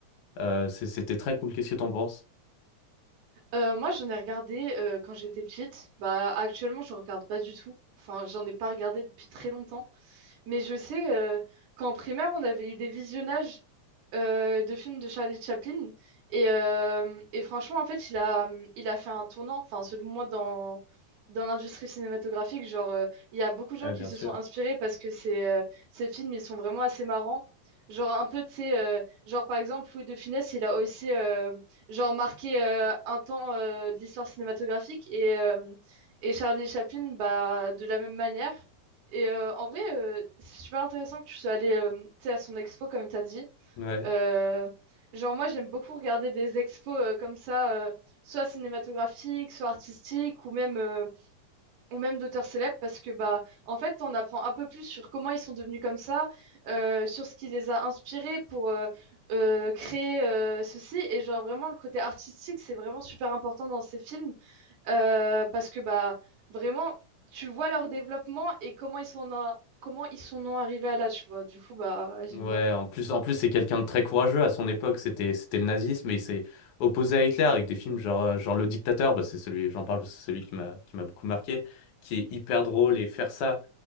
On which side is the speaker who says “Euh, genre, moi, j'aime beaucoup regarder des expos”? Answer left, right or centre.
Right